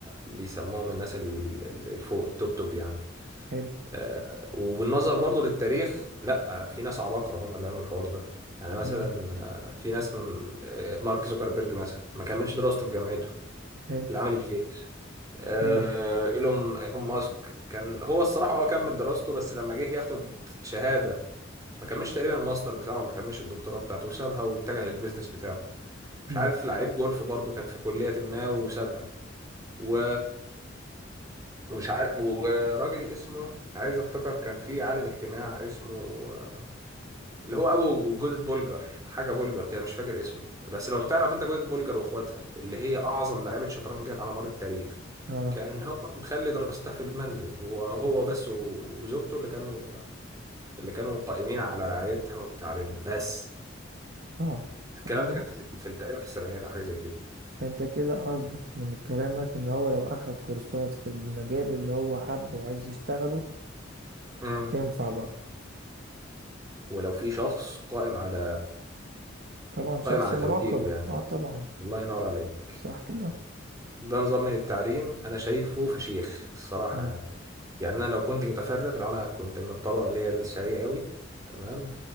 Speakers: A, on the right; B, on the right.
A: بيسموهم الناس ال- ال- الفوق التوب توب يعني
B: حلو
A: آه، وبالنظر برضو للتاريخ لا في ناس عباقرة هم اللي عملوا الحوار ده يعني مثلا
B: مم.
A: آه، في ناس من آه، مارك زوكربيرج مثلا ما كملش دراسته في جامعته
B: حلو
A: اللي عمل الفيس آه،
B: مم.
A: ايلون إيلون ماسك كان هو الصراحة هو كمل دراسته بس لما جه ياخد شهادة ما كملش تقريبا الماستر بتاعه ما كملش الدكتوراه بتاعته وسابها واتجه للبيزنس بتاعه
B: مم.
A: مش عارف لعيب جولف برضو كان في كلية ما وسابها و ومش عارف وراجل اسمه عايز افتكر كان في عالم اجتماع اسمه آه، اللي هو ابو جوزة بولجر حاجه بولجر كده مش فاكر اسمه بس لو تعرف انت جوزة بولجر واخواتها اللي هي اعظم لاعيبه شطرنج جت على مر التاريخ
B: اه
A: كان هو مخلي دراستها في المنزل وهو بس وزوجته اللي كانوا اللي كانوا قائمين على رعايتها وتعليمها بس
B: اه
A: الكلام
B: الم-
A: ده كان في في- تقريبا في السبعينات او حاجه زي كده
B: فانت كده قصدك من كلامك ان هو لو اخد كورسات في المجال اللي هو حبه وعايز يشتغله
A: امم
B: تنفع برضه
A: ولو في شخص قائم على
B: طبعا شخص
A: قائم على
B: مراقب
A: توجيهه يعني
B: اه طبعا
A: الله ينور عليه
B: صح كده
A: ده نظام من التعليم انا شايفه فشيخ الصراحه
B: مم.
A: يعني يعني انا لو كنت متفرغ لو انا كنت من الطبقه اللي هي الثريه قوي تمام